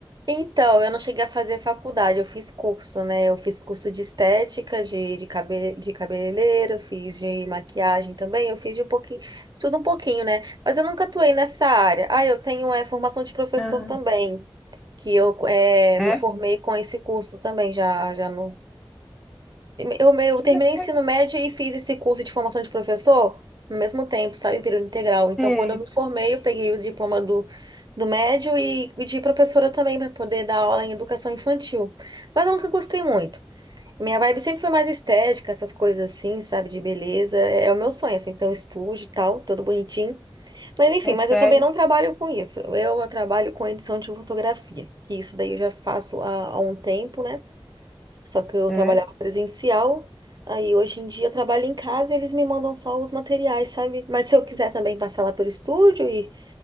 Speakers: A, on the right; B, in the centre.
A: Então, eu não cheguei a fazer faculdade, eu fiz curso, né? Eu fiz curso de estética, de, de, cabe, de cabeleireiro, eu fiz de maquiagem também, eu fiz de um pouquinho, tudo um pouquinho, né? Mas eu nunca atuei nessa área. Ah, eu tenho é, formação de professor
B: Ah,
A: também, que eu é, me
B: É?
A: formei com esse curso também, já, já no Eu, eu
B: Que
A: terminei
B: legal.
A: ensino médio e fiz esse curso de formação de professor no mesmo tempo, sabe, em período integral. Então,
B: É
A: quando eu me formei, eu peguei o diploma do, do médio e de professora também para poder dar aula em educação infantil. Mas eu nunca gostei muito. Minha vibe sempre foi mais estética, essas coisas assim, sabe, de beleza. É é o meu sonho, assim, ter um estúdio e tal, todo bonitinho. Mas enfim,
B: é
A: mas
B: sério?
A: eu também não trabalho com isso. Eu trabalho com edição de fotografia. E isso daí eu já faço há, há um tempo, né? Só que eu
B: É,
A: trabalhava presencial, aí hoje em dia eu trabalho em casa e eles me mandam só os materiais, sabe? Mas se eu quiser também passar lá pelo estúdio e